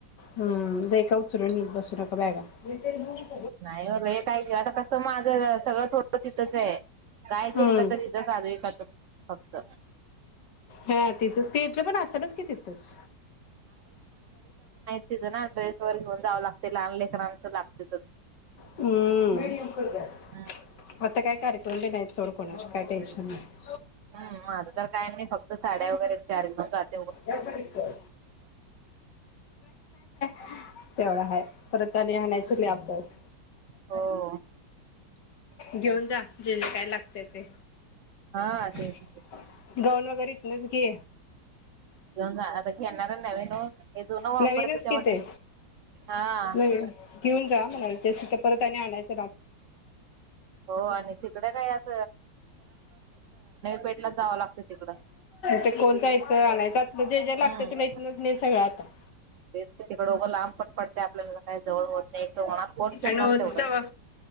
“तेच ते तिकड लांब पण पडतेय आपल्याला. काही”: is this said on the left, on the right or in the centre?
Right